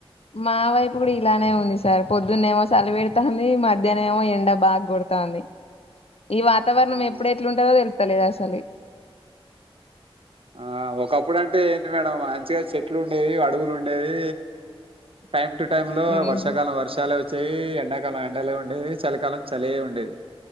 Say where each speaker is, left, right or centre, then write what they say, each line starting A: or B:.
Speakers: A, on the left; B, on the right.
A: మా వైపు కూడా ఇలానే ఉంది సార్ పొద్దున్న ఏమో సలివెడతంది మధ్యన ఏమో ఎండ బాగ కొడతాంది ఈ వాతావరణం
B: ఉమ్,
A: ఎప్పుడు ఎట్లు ఉంటందో తెలుసు తలిదాస అాలి
B: ఆ ఒకప్పుడు అంటే ఎంది మేడం మంచిగా చెట్లు ఉండేవి అడుగు లు ఉండేవి టైమ్ టు టైమ్ లో
A: హ్మ్
B: వర్షాకాలం వర్షాలు వచ్చ చేఈ ఎండాకాలం ఎండలో ఉండేవి చలికాలం చలే ఉండేది